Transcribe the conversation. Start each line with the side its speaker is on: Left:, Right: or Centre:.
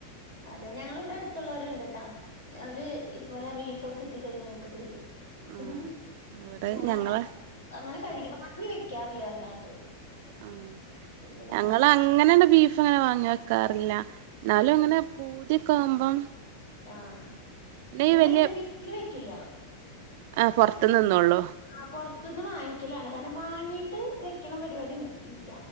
Left: അതെ ഞങ്ങള ഇവിടെ അടുത്തുള്ളവരുണ്ട് കേട്ടാ അവര് അതുപോലെ ബീഫ് കിട്ടി കഴിഞ്ഞങ്ങക്കക്ക് തരും
Right: ആഹ്
Left: ഉം
Right: ഇവിടെ
Left: ഞങ്ങ
Right: ഞങ്ങളെ
Left: അങ്ങനെ കഴി വാങ്ങി വെക്കാറില്ലേ വല്ലാണ്ട്.
Right: ഉം
Left: ഇവിടെ
Right: ഞങ്ങ അങ്ങനെണ്ട് ബീഫ അങ്ങനെ വാങ്ങി വെക്കാറില്ല. എന്നാലും
Left: ആഹ്
Right: അങ്ങനെ പൂതിയൊക്കെ ആവുമ്പം
Left: ആഹ്
Right: പിന്നെ
Left: ഇവിടെതന്നെ
Right: ഈ വലിയ
Left: വീട്ടിൽ വെക്കില്ല.
Right: ആഹ് പുറത്തു നി നിന്നോള്ളൂ
Left: ആഹ് പുൊറത്തന്ന് വാങ്ങിക്കലാണ് കാരണം വാങ്ങിട്ട് വെക്കണ പരിപാടി ഇല്ല.